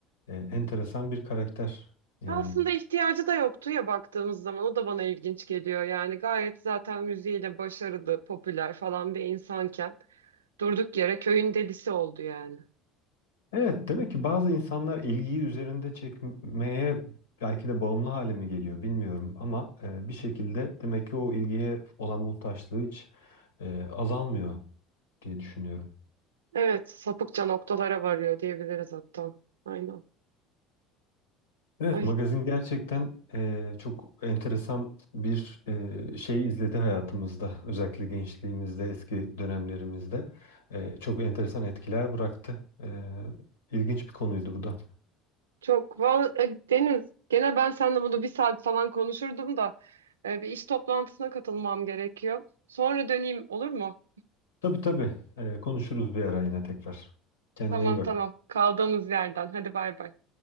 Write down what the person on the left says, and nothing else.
e, enteresan bir karakter yani.
Evet, demek ki bazı insanlar ilgiyi üzerinde çekmeye belki de bağımlı hale mi geliyor bilmiyorum ama e, bir şekilde demek ki o ilgiye olan muhtaçlığı hiç e, azalmıyor diye düşünüyorum.
Evet,
magazin gerçekten e, çok enteresan bir e, şey izledi hayatımızda. Özellikle gençliğimizde, eski dönemlerimizde e, çok enteresan etkiler bıraktı. E, ilginç bir konuydu bu da.
Tabii tabii, e, konuşuruz bir ara yine tekrar. Kendine
iyi bak.